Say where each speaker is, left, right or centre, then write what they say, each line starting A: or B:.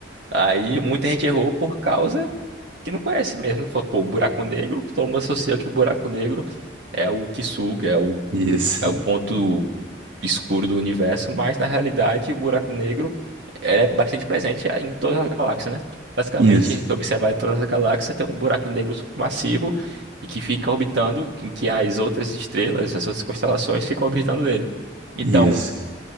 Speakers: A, on the right; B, on the right.
A: Aí muita gente errou por causa que não conhece mesmo. Falou, pô, buraco negro, todo mundo associa que o buraco negro é o que suga, é o,
B: Isso,
A: é o ponto escuro do universo, mas na realidade o buraco negro ele é bastante presente em todas as galáxias, né? Basicamente,
B: isso,
A: tu observar em todas as galáxias tem um buraco negro massivo e que fica orbitando, em que as outras estrelas, as outras constelações ficam orbitando ele. Então,
B: isso,